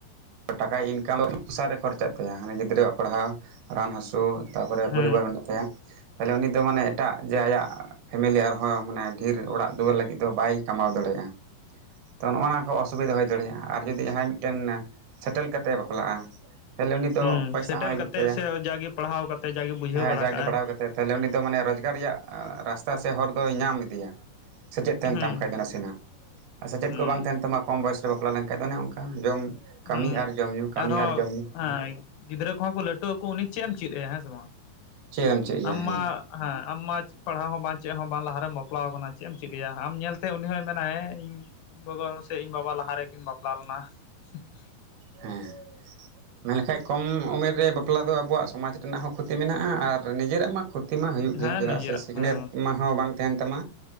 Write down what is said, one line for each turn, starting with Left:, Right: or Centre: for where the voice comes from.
Right: ᱴᱟᱠᱟᱭ ᱤᱱᱠᱟᱢ <inaudible> ᱠᱷᱚᱨᱪᱟᱜ ᱛᱟᱭᱟ ᱦᱟᱱᱮ ᱜᱤᱫᱽᱨᱟᱹᱣᱟᱜ ᱯᱟᱲᱦᱟᱣ ᱨᱟᱱ ᱦᱟᱹᱥᱳ ᱛᱟᱯᱚᱨᱮ
Left: ᱦᱩᱸ
Right: ᱯᱚᱨᱤᱵᱟᱨ ᱢᱮᱱᱟᱜ ᱛᱟᱭᱟ᱾ ᱛᱟᱦᱚᱞᱮ ᱩᱱᱤ ᱫᱚ ᱢᱟᱱᱮ ᱮᱴᱟᱜ ᱡᱮ ᱟᱭᱟᱜ ᱯᱷᱮᱢᱮᱞᱤ ᱟᱨᱦᱚᱸ ᱢᱟᱱᱮ ᱰᱷᱮᱨ ᱚᱲᱟᱜ ᱫᱩᱣᱟᱹᱨ ᱞᱟᱹᱜᱤᱜ ᱫᱚ ᱵᱟᱭ ᱠᱟᱢᱟᱣ ᱫᱟᱲᱮᱭᱟᱜᱼᱟ᱾ ᱛᱚ ᱱᱚᱣᱟ
Left: ᱦᱩᱸ
Right: ᱠᱚ ᱚᱥᱩᱵᱤᱫᱟ ᱦᱳᱭ ᱫᱟᱲᱮᱭᱟᱜᱼᱟ, ᱟᱨ ᱡᱩᱫᱤ ᱡᱟᱦᱟᱭ ᱢᱤᱫᱴᱮᱱ ᱥᱮᱴᱮᱞ ᱠᱟᱛᱮᱜ ᱮ ᱵᱟᱯᱞᱟᱜᱼᱟ ᱛᱟᱦᱚᱞᱮ ᱩᱱᱤ ᱫᱚ
Left: ᱦᱩᱸ
Right: ᱯᱚᱭᱥᱟ
Left: ᱥᱮᱴᱮᱞ
Right: ᱦᱚᱸ ᱦᱤᱡᱩᱜ
Left: ᱠᱟᱛᱮᱜ
Right: ᱛᱟᱭᱟ᱾
Left: ᱥᱮ ᱡᱟᱜᱮ ᱯᱟᱲᱦᱟᱣ ᱠᱟᱛᱮᱜ ᱡᱟᱜᱮ ᱵᱩᱡᱷᱟᱹᱣ
Right: ᱦᱮᱸ
Left: ᱵᱟᱲᱟ
Right: ᱡᱟᱜᱮ
Left: ᱠᱟᱜ
Right: ᱯᱟᱲᱦᱟᱣ
Left: ᱟᱭ
Right: ᱠᱟᱛᱮᱫ ᱛᱟᱦᱚᱞᱮ ᱩᱱᱤ ᱫᱚ ᱢᱟᱱᱮ ᱨᱚᱡᱽᱜᱟᱨ ᱨᱮᱭᱟᱜ ᱨᱟᱥᱛᱟ ᱥᱮ ᱦᱚᱨ ᱫᱚᱭ ᱧᱟᱢ ᱤᱫᱤᱭᱟ᱾ ᱥᱮᱪᱮᱫ ᱛᱟᱦᱮᱱ
Left: ᱦᱩᱸ
Right: ᱛᱟᱢ ᱠᱷᱟᱡ
Left: ᱦᱩᱸ
Right: ᱫᱚ ᱱᱟᱥᱮᱱᱟᱜ ᱟᱨ ᱥᱮᱪᱮᱫ
Left: ᱦᱩᱸ
Right: ᱠᱚ ᱵᱟᱝ ᱛᱟᱦᱮᱱ ᱛᱟᱢᱟ ᱠᱚᱢ ᱵᱚᱭᱮᱥ ᱨᱮ ᱵᱟᱯᱞᱟ ᱞᱮᱱᱠᱷᱟᱡ ᱫᱚ ᱚᱱᱮ ᱚᱱᱠᱟ ᱡᱚᱢ
Left: ᱦᱩᱸ
Right: ᱠᱟᱹᱢᱤ ᱟᱨ ᱡᱚᱢ ᱧᱩ ᱠᱟᱹᱢᱤ
Left: ᱟᱨᱦᱚᱸ
Right: ᱟᱨ ᱡᱚᱢ ᱧᱩ ᱦᱩᱭᱩᱜᱼᱟ
Left: <unintelligible> ᱜᱤᱫᱽᱨᱟᱹ ᱠᱚᱦᱚᱸ ᱠᱚ ᱞᱟᱹᱴᱩ ᱟᱠᱚ ᱩᱱᱤ ᱪᱮᱫ ᱮᱢ ᱪᱮᱫ ᱟᱭᱟ, ᱦᱮᱸ ᱥᱮ ᱵᱟᱝ?
Right: ᱪᱮᱫ ᱮᱢ ᱪᱮᱫ ᱮᱭᱟ
Left: ᱟᱢ
Right: ᱦᱮᱸ
Left: ᱢᱟ ᱦᱮᱸ ᱟᱢ ᱢᱟ ᱯᱟᱲᱦᱟᱣ ᱦᱚᱸ ᱵᱟᱝ ᱪᱮᱫ ᱦᱚᱸ ᱵᱟᱝ ᱞᱟᱦᱟᱨ ᱨᱮᱢ ᱵᱟᱯᱞᱟ ᱟᱠᱟᱱᱟ᱾ᱪᱮᱫ ᱮᱢ ᱪᱮᱫᱮᱭᱟ? ᱟᱢ ᱧᱮᱞᱛᱮ ᱩᱱᱤ ᱦᱚᱸᱭ ᱢᱮᱱᱟᱭ᱾ ᱤᱧ ᱤᱧ ᱜᱚᱜᱚ ᱥᱮ ᱤᱧ ᱵᱟᱵᱟ ᱞᱟᱦᱟ ᱨᱮᱠᱤᱱ ᱵᱟᱯᱞᱟ ᱞᱮᱱᱟ᱾ <unintelligible>
Right: ᱦᱮᱸ᱾ᱢᱮᱱ ᱞᱮᱠᱷᱟ ᱠᱚᱢ ᱩᱢᱮᱨ ᱨᱮ ᱵᱟᱯᱞᱟ ᱫᱚ ᱟᱵᱚᱣᱟᱜ ᱥᱚᱢᱟᱡᱽ ᱨᱮᱱᱟᱜ ᱦᱚᱸ ᱠᱷᱚᱛᱤ ᱢᱮᱱᱟᱜᱼᱟ᱾ ᱟᱨ ᱱᱤᱡᱮᱨᱟᱜ ᱢᱟ ᱠᱷᱚᱛᱤ ᱢᱟ ᱦᱩᱭᱩᱜ ᱜᱮ᱾
Left: ᱦᱮᱸ
Right: ᱪᱮᱫᱟᱜ
Left: ᱱᱤᱡᱮᱨᱟᱜ
Right: ᱥᱮ ᱥᱤᱠᱷᱱᱟᱹᱛ
Left: ᱦᱮᱸ
Right: ᱢᱟ ᱦᱚᱸ ᱵᱟᱝ ᱛᱟᱦᱮᱱ ᱛᱟᱢᱟ